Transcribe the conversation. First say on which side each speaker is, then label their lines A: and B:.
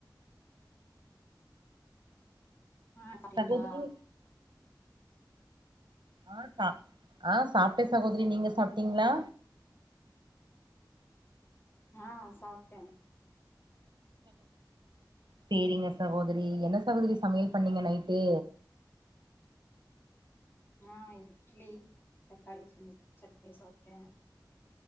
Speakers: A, on the left (about 30°); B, on the right (about 80°).
A: ஆ சாப்டிங்ளா
B: சகோதரி ஆ சாப் ஆ சாப்டே சாகோதரி நீங்க சாப்படீங்ளா
A: ஆ சாப்டே
B: சேரிக சகோதரி என்ன சகோதரி சமையல் பண்ணீங்க நைட்டு
A: ஆ இட்லி தக்காளி ச சட்னி சாப்டே